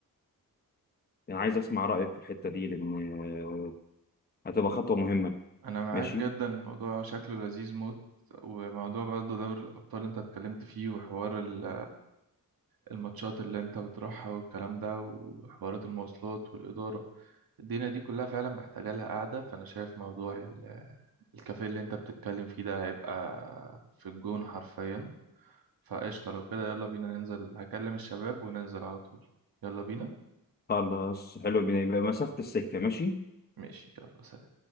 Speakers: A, on the left (about 25°); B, on the right (about 80°).
A: انا عايز اسمع رايك في الحته دي لان آه، هتبقى خطوه مهمه
B: انا معاك
A: ماشي
B: جدا الموضوع شكله لذيذ موت وموضوع برضه دوري الابطال انت اتكلمت فيه وحوار ال- الماتشات اللي انت بتروحها والكلام ده وحوارات المواصلات والاداره الدنيا دي كلها فعلا محتاجه لها قاعده فانا شايف موضوع ال- الكافيه اللي انت بتتكلم فيه ده هيبقى في الجون حرفيا فقشطة لو كده يلا بينا ننزل هكلم الشباب وننزل على طول يلا بينا
A: خلاص حلو بيبقى مسافه السكه ماشي
B: ماشي يلا سلام